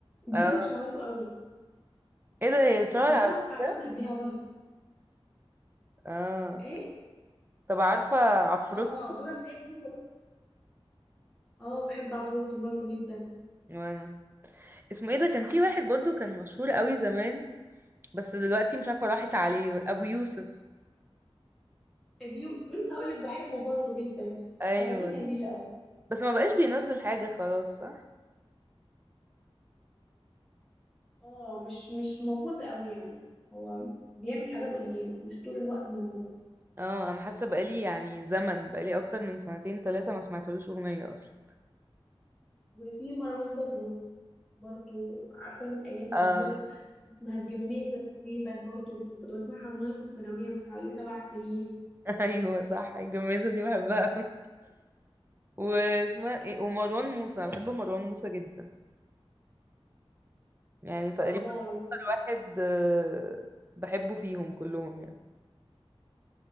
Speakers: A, in the centre; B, on the right (about 20°).
A: دي
B: آه.
A: اللي شهرته قوي
B: ايه ده هي اتشهر
A: بس
B: على
A: انا كنت عارفاها
B: ده
A: من قبلها برضه
B: اه
A: ايه
B: طب عارفة عفروت
A: اه دورك جاي دي كانت اه بحب عفروتو برضه جدا
B: وانا اسمه ايه ده كان في واحد برضو كان مشهور قوي زمان بس دلوقتي مش عارفة راحت عليه ابو يوسف
A: بيو كنت لسه هقول لك بحبه برضه جدا
B: ايوه
A: اغانيه جميلة قوي
B: بس ما بقاش بينزل حاجة خلاص صح
A: اه مش مش موجود قوي يعني هو بيعمل حاجات قليلة مش طول الوقت موجود
B: اه انا حاسة بقالي يعني زمن بقالي اكتر من سنتين ثلاثة ما سمعتلوش اغنية اصلا
A: وفي مروان بابلو برضو عارفاه من أيام
B: اه
A: أغنيته اسمها الجميزة تقريبا برضو من- كنت بسمعها من وأنا في الثانوية من حوالي سبع سنين
B: <laughs> ايوه صح الجميزة دي بحبها أوي. واسمها ايه ومروان موسى انا بحب مروان موسى جدا يعني تقريبا
A: اه مارو
B: اكتر واحد آه، بحبه فيهم كلهم يعني